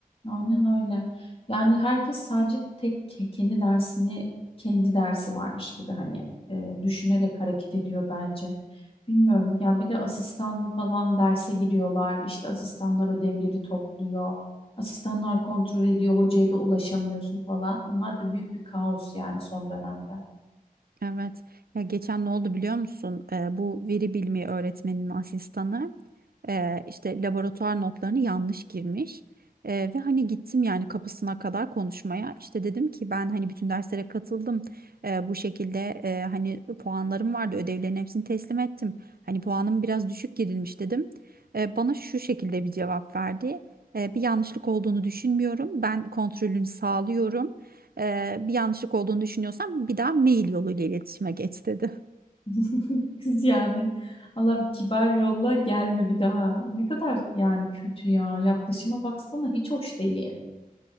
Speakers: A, on the left; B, on the right.
A: Aynen öyle. Yani herkes sadece tek ke- kendi dersini kendi dersi varmış gibi hani e, düşünerek hareket ediyor bence. Bilmiyorum ya bir de asistanlı falan derse giriyorlar. İşte asistanlar ödevleri topluyor. Asistanlar kontrol ediyor. Hocaya da ulaşamıyorsun falan. Onlar da büyük bir kaos yani son dönemde.
B: Evet ya geçen ne oldu biliyor musun Ee, bu veri bilimi öğretmeninin asistanı Eee, işte laboratuvar notlarını yanlış girmiş. Eee, ve hani gittim yani kapısına kadar konuşmaya. İşte dedim ki ben hani bütün derslere katıldım. Eee, bu şekilde eee, hani puanlarım vardı. Ödevlerin hepsini teslim ettim. Hani puanım biraz düşük girilmiş dedim. Eee, bana şu şekilde bir cevap verdi. Eee, bir yanlışlık olduğunu düşünmüyorum. Ben kontrolünü sağlıyorum. Eee, bir yanlışlık olduğunu düşünüyorsam bir daha mail yoluyla iletişime geç dedi.
A: <laughs> Kız yani Allah kibar yolla gelme bir daha. Ne kadar yani kötü ya. Yaklaşıma baksana hiç hoş değil.